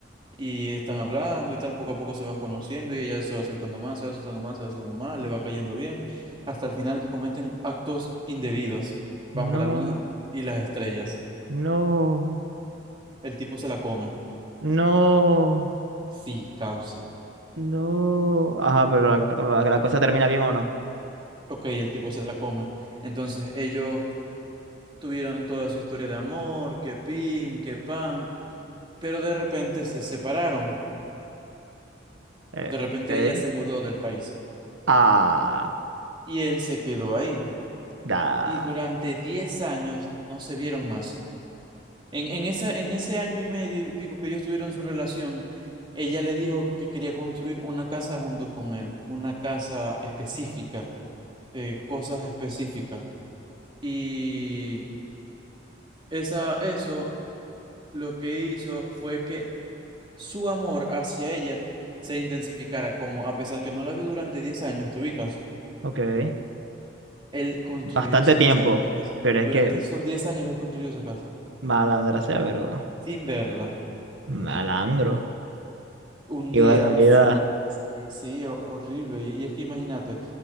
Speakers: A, on the right (about 25°); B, on the right (about 75°).
A: y están hablando y tal, poco a poco se van conociendo y ella se va soltando más, se va soltando más, se va soltando más, le va cayendo bien, hasta el final que cometen actos indebidos bajo
B: No.
A: la luna y las estrellas.
B: No.
A: El tipo se la come,
B: No.
A: sí, causa.
B: No. Ajá, pero la, la cosa termina bien o no.
A: Ok, el tipo se la come. Entonces ellos Tuvieron toda su historia de amor, que pin, que pan, pero de repente se separaron.
B: Eh,
A: De repente
B: ok.
A: ella se mudó del país
B: Ah,
A: y él se quedó ahí.
B: da.
A: Y durante 10 años no no se vieron más. En, en, esa, en ese año y medio y pico que ellos tuvieron su relación, ella le dijo que quería construir una casa junto con él, una casa específica, eh, cosas específicas. Y esa, eso lo que hizo fue que su amor hacia ella se intensificara, como a pesar que no la vio durante 10 años, te ubicas,
B: Ok.
A: él construyó
B: Bastante
A: esa
B: tiempo.
A: casa durante,
B: Pero es
A: durante
B: que
A: esos 10 años, él construyó esa casa
B: malandra sea, pero
A: sin verla.
B: malandro.
A: Un
B: Qué
A: día,
B: barbaridad.
A: sí, sí, ho- horrible. Y, y es que imagínate,